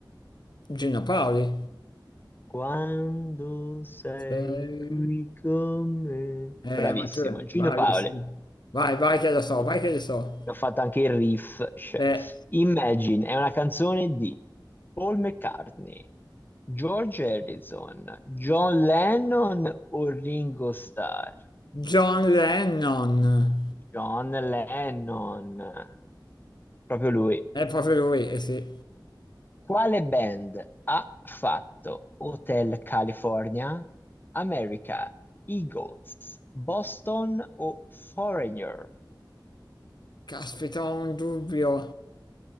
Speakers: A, on the left (about 65°); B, on the left (about 25°).
A: Gino Paoli.
B: Quando sei
A: Sei-
B: qui con me.
A: Eh,
B: Bravissimo,
A: ma tu...
B: Gino
A: Bravissimo.
B: Paoli.
A: Vai, vai che lo so,
B: Eh,
A: vai che lo so.
B: Ho fatto anche il riff. cioè.
A: Eh,
B: Imagine è una canzone di Paul McCartney, George Harrison, John Lennon o Ringo Starr?
A: John Lennon.
B: John Lennon, proprio lui.
A: È proprio lui, eh sì.
B: Quale band ha fatto Hotel California, America, Eagles, Boston o Foreigner?
A: Caspita, ho un dubbio.